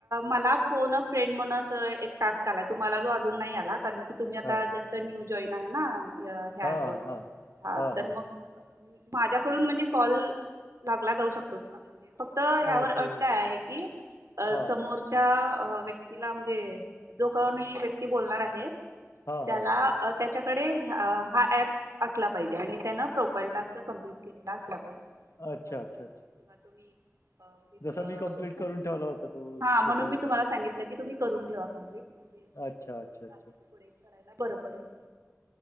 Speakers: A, on the right; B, on the left.
A: मला फोन अ फ्रेंड म्हणत. टास्क आलय. तुम्हाला तो अजून नाही आला, कारण की तुम्ही आता
B: हां.
A: जस्ट न्यू जॉईन आहे ना. ह्या
B: हां,
A: ॲपवर
B: हां.
A: हा
B: हां,
A: तर
B: हां.
A: मग. माझ्याकडून म्हणजे कॉल लागला जाऊ शकतो, फक्त ह्यावर
B: अच्छा.
A: अ काय आहे की,
B: हां.
A: समोरच्या आ व्यक्तीला म्हणजे जो कोणी व्यक्ती बोलणार आहे.
B: हां,
A: त्याला
B: हां.
A: अ त्या त्याच्याकडे हा ऍप असला पाहिजे, आणि त्यानं प्रोपाइल टास्क कमप्लीट केलेला असला पाहिजे.
B: अच्छा,
A: पाचच
B: अच्छा,
A: हाय किंवा तुम्ही अ म्हणजे
B: तो
A: अ,
B: मी कंप्लीट
A: खूप
B: करून ठेवला होता, तो
A: हा म्हणून
B: प्रोफाईल
A: मी तुम्हाला
B: टास्क.
A: सांगितलं की तुम्ही करून ठेवा कंप्लीट. म्हणजे
B: अच्छा. अच्छा. अच्छा.
A: टास्क पुढे करायला बरं पडेल.